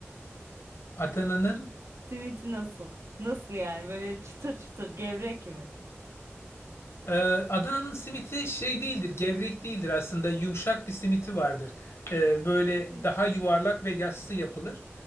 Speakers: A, on the left (about 65°); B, on the right (about 70°).
A: Adana'nın
B: Simiti nasıl? Nasıl yani? Böyle çıtır çıtır gevrek mi?
A: Ee, Adana'nın simiti şey değildir, gevrek değildir aslında. Yumuşak bir simiti vardır. Ee, böyle
B: Kesinlikle.
A: daha yuvarlak ve yassı yapılır.